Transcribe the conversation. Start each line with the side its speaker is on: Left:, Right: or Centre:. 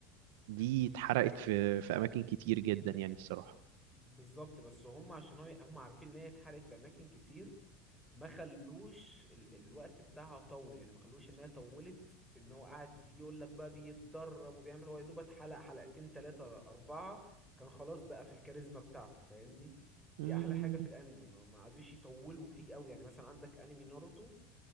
Right: دي اتحرقت في في أماكن كتير جدا يعني الصراحة
Centre: بالظبط بس هم عشان هو هم عارفين ان هي اتحرقت في اماكن كتير ما خلوش ال... الوقت بتاعها طول يعني ما خلوش ان هي طولت ان هو قاعد يقول لك بقى بيتدرب وبيعمل هو يا دوب اتحلق حلقتين تلاتة اربعة كان خلاص بقى في الكاريزما بتاعته فاهمني دي
Right: مم.
Centre: احلى حاجة في الانمي ما ما قعدوش يطولوا فيه قوي يعني مثلا عندك انمي ناروتو